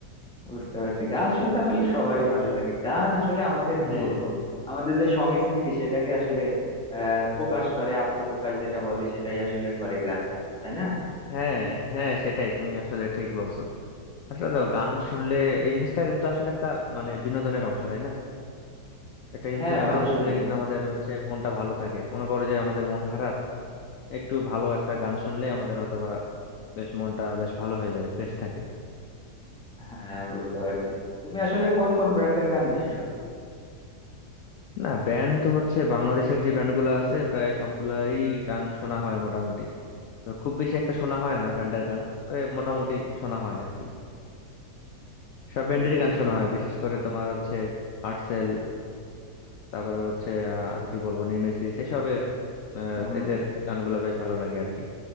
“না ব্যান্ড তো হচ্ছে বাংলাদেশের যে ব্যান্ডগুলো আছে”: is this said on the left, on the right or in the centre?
Left